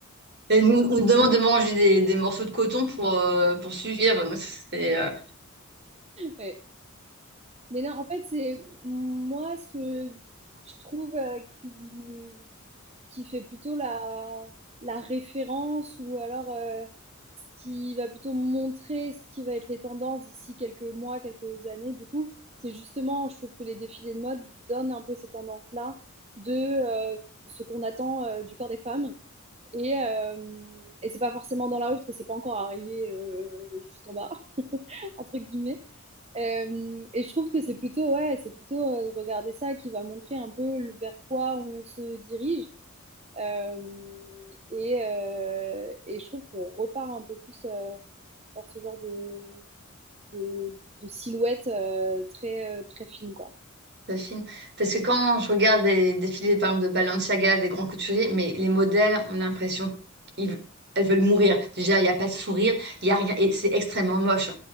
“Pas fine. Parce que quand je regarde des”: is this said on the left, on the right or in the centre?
Right